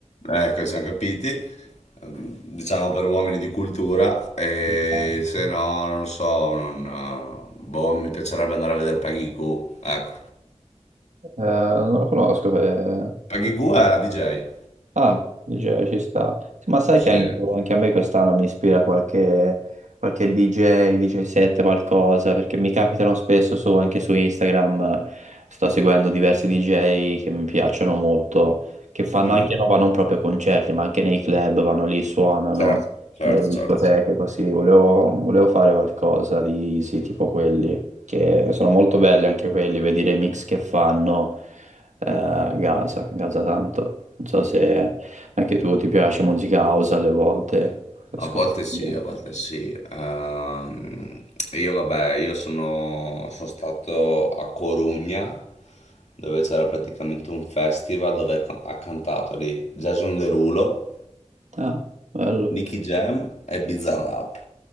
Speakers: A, on the left; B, on the right.
A: ecco, siamo capiti. Diciamo per uomini di cultura, e
B: <laughs>
A: se no, non lo so, non... Boh, mi piacerebbe andare a vedere Peggy Goo, ecco.
B: Eh, non lo conosco. eh,
A: Peggy
B: cos'è?
A: Goo è la DJ.
B: Ah, DJ ci sta. Sì, ma sai
A: Sì.
B: che anche, anche a me quest'anno mi ispira qualche, qualche DJ, DJ set, qualcosa, perché mi capitano spesso su- anche su Instagram, sto seguendo diversi DJ che mi piacciono molto, che fanno
A: Mhm,
B: anche roba non proprio concerti, ma anche nei club, vanno lì, suonano,
A: Certo, certo,
B: nelle discoteche,
A: certo. certo.
B: così. Volevo, volevo fare qualcosa di, sì, tipo quelli, che sono molto belli anche quelli, vedere i mix che fanno eh, Gaza, Gaza tanto. Non so se anche tu ti piace musica house alle volte. Ascolti.
A: A volte sì,
B: pure.
A: a volte sì. Ehm, io vabbè, io sono, sono stato a Corugna, dove c'era praticamente un festival dove ca- ha cantato lì Jason Derulo,
B: Ah, bello.
A: Nicky Jam e Bizarrap.